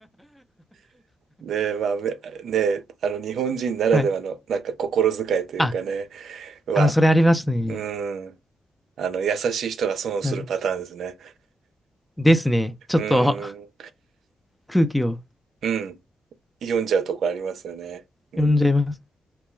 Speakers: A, on the right (about 80°); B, in the centre.
A: で、まあ、めね、あの、日本人ならではの、
B: はい。
A: なんか心遣いというかね、
B: あ、
A: は、
B: あの、それありましたね。
A: うーん、あの、優しい人が損をするパターンですね。
B: なるですね。ちょっと
A: うーん、
B: 空気を
A: うん、読んじゃうとこありますよね。うん、
B: 読んじゃいます。